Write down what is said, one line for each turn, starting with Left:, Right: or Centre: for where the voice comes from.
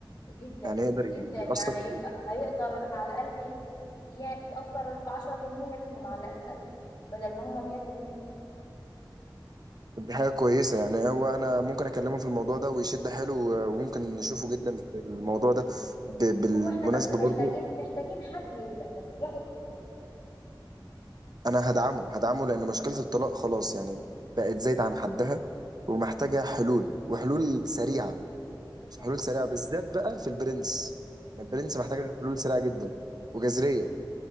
Left: جدا
Right: يعني يقدر
Left: جدا
Right: يأثر
Left: يعني
Right: في الإيه.
Left: يم- هيقدر على الأقل ي- ي- يأثر في عشرة في المية منهم على الأقل بدل ما هما مية في المية
Right: دي حاجة كويسة يعني هو أنا ممكن أكلمه في الموضوع ده ويشد حيله آه، وممكن
Left: مم.
Right: نشوفه جدا في الموضوع ده ب- بالمناسبة
Left: هو احنا بس محتاجين
Right: برضو
Left: محتاجين حد يبدأ بس ياخد خطوة
Right: انا هدعمه هدعمه لان مشكله الطلاق خلاص يعني بقت زايده
Left: مم.
Right: عن حدها ومحتاجه حلول وحلول سريعه
Left: دي حقيقة.
Right: حلول سريعه بالذات بقى في البرنس
Left: مم.
Right: البرنس محتاجه حلول سريعه جدا وجذريه